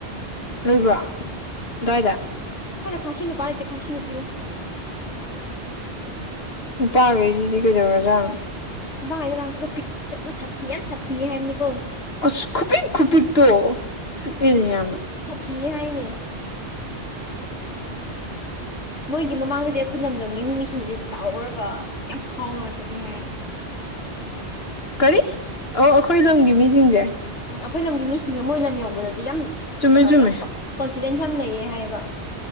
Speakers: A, on the left (about 65°); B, on the left (about 85°).
A: ꯂꯩꯕ꯭ꯔꯣ ꯑꯗꯥꯥꯏꯗ
B: ꯁꯥꯏꯗ ꯈꯥꯁꯤ ꯅꯨꯄꯥ ꯂꯩꯇꯦ ꯈꯥꯁꯤ ꯅꯨꯄꯤ ꯂꯩ
A: ꯅꯨꯄꯥꯒꯩꯖꯤꯗꯤ ꯀꯩꯗꯧꯔꯖꯥꯅꯣ
B: <unintelligible> ꯄꯤꯛꯇꯛꯅ ꯁꯥꯊꯤ ꯌꯥꯝ ꯁꯥꯊꯤꯌꯦ ꯍꯥꯏꯝꯅꯤꯀꯣ
A: ꯑ꯭ꯁ ꯈꯨꯄꯤꯛ ꯈꯨꯄꯤꯛ ꯇꯣ ꯄꯤꯛꯑꯦꯅꯦ ꯌꯥꯝꯅ
B: ꯀꯤꯌꯦ ꯍꯥꯏꯅꯦ
A: <inaudible>
B: ꯃꯣꯏꯒꯤ ꯃꯃꯥꯡꯗꯗꯤ ꯑꯈꯣꯏ ꯂꯝꯗꯝꯒꯤ ꯃꯤꯃꯤꯁꯤꯡꯁꯦ ꯆꯥꯎꯔꯒ ꯌꯥꯝ ꯐꯥꯎꯔꯒ ꯆꯠꯂꯦ ꯍꯥꯏꯌꯦ
A: <inaudible> ꯏ ꯑꯣ ꯑꯈꯣꯏ ꯂꯝꯒꯤ ꯃꯤꯖꯤꯡꯖꯦ
B: ꯎꯝ ꯑꯈꯣꯏ ꯂꯝꯒꯤ ꯃꯤꯁꯤꯡꯁꯦ ꯃꯣꯏ ꯂꯝ ꯌꯧꯕꯗꯗꯤ ꯌꯥꯝ
A: ꯆꯨꯝꯃꯦ ꯆꯨꯝꯃꯦ
B: ꯌꯥꯝ ꯀꯣ ꯀꯣꯟꯐꯤꯗꯦꯟꯁ ꯌꯥꯝ ꯂꯩꯌꯦ ꯍꯥꯏꯌꯦꯕ